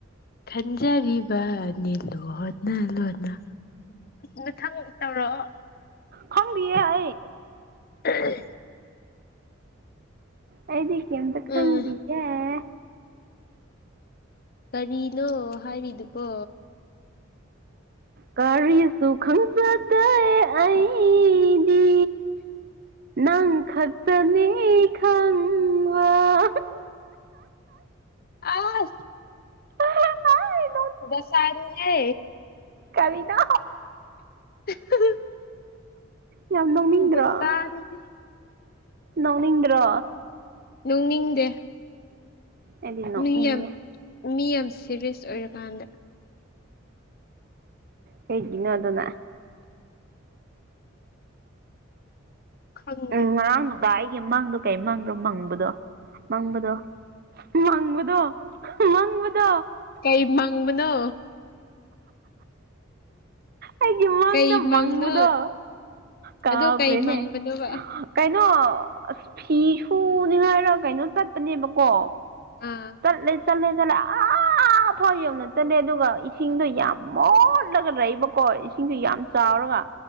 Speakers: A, on the left; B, on the right.
A: ꯈꯟꯖꯔꯤꯕꯅꯤ ꯂꯨ ꯍꯣꯠꯅ ꯂꯣꯅ ꯃꯊꯪ ꯇꯧꯔꯛꯑꯣ
B: ꯈꯪꯗꯤꯌꯦ ꯑ
A: ꯎ
B: ꯑꯩꯗꯤ ꯀꯗ ꯈꯪꯗꯤ
A: ꯎꯝ
B: ꯑꯦ
A: ꯀꯔꯤꯅꯣ ꯍꯥꯏꯔꯤꯗꯨꯕꯣ
B: ꯀꯔꯤꯁꯨ ꯈꯪꯖꯗꯦ ꯑꯩꯗꯤ ꯈꯪ ꯈꯛꯇꯅꯤ ꯈꯪ ꯋꯥ
A: ꯑ
B: ꯑꯩ
A: ꯕ ꯁꯔꯨ ꯌꯥ
B: ꯀꯔꯤꯅ
A: <unintelligible>
B: ꯌꯥꯝ ꯅꯧꯅꯤꯡꯗ꯭ꯔꯣ
A: ꯗꯁꯥꯅꯤꯍꯦ
B: ꯅꯧꯅꯤꯡꯗ꯭ꯔꯣ
A: ꯅꯣꯛꯅꯤꯡꯗꯦ
B: ꯑꯦꯗꯤꯅꯣꯛꯅꯤꯉꯦ
A: ꯃꯤ ꯌꯥꯝ ꯃꯤ ꯌꯥꯝ ꯁꯦꯔꯤꯌꯁ ꯑꯣꯏꯔꯀꯥꯟꯗ
B: ꯍꯩꯒꯤꯅꯣ ꯑꯗꯨ ꯑꯗꯨꯅ
A: ꯈꯪꯗꯦ
B: ꯎꯝ ꯉꯔꯥꯡꯗꯨꯗ ꯑꯩꯒꯤ ꯃꯥꯡꯗꯣ ꯀꯩ ꯃꯥꯡꯗꯣ ꯃꯪꯕꯗꯣ ꯃꯪꯕꯗꯣ ꯃꯪꯕꯗꯣ ꯃꯪꯕꯗꯣ
A: ꯀꯩ ꯃꯪꯕꯅꯣ
B: ꯑꯩꯒꯤ ꯃꯥꯡꯗ
A: ꯀꯩ ꯃꯪꯅꯣ
B: ꯃꯪꯕꯗꯣ ꯀꯥꯕ꯭ꯔꯦꯅꯦ
A: ꯑꯗꯨ ꯀꯩ ꯃꯪꯕꯅꯣꯕ
B: ꯀꯥꯏ ꯀꯩꯅꯣ ꯑꯁ ꯐꯤ ꯁꯨꯅꯤꯉꯥꯏꯔ ꯀꯩꯅꯣ ꯆꯠꯄꯅꯦꯕꯀꯣ
A: ꯑꯥ
B: ꯆꯠꯂꯦ ꯆꯠꯂꯦ ꯆꯠꯂꯦ ꯑꯥ ꯐꯥꯎ ꯌꯧꯅ ꯆꯠꯂꯦ ꯑꯗꯨ ꯏꯁꯤꯡꯗꯣ ꯌꯥꯝ ꯃꯣꯠꯂꯒ ꯂꯩꯕꯀꯣ ꯏꯁꯤꯡꯁꯨ ꯌꯥꯝ ꯆꯥꯎꯔꯒ